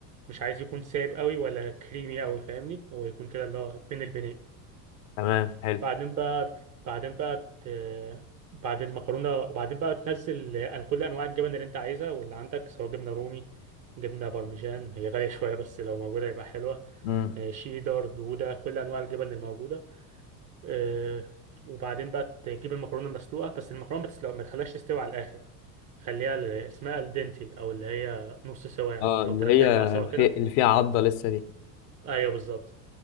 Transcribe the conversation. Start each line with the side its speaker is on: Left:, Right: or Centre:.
Right: مش عايز يكون سايب قوي ولا كريمي قوي فاهمني هو يكون كده اللي هو بين البنين
Left: تمام حلو
Right: بعدين بقى بعدين بقى ت... بعد المكرونة وبعدين بقى تنزل كل أنواع الجبن اللي أنت عايزها واللي عندك سواء جبنة رومي جبنة بارميجان هي غالية شوية بس لو موجودة يبقى حلوة
Left: امم
Right: آه، شيدر جودة كل أنواع الجبن الموجودة آه، وبعدين بقى تجيب المكرونة مسلوقة بس المكرونة ما تسلق- ما تخليهاش تستوي على الآخر خليها ل- اسمها الدنتي أو اللي هي نص سوا يعني
Left: اه اللي
Right: أو تلات
Left: هي
Right: أرباع سوا كده
Left: في... اللي فيها عضه لسه دي
Right: أيوه بالظبط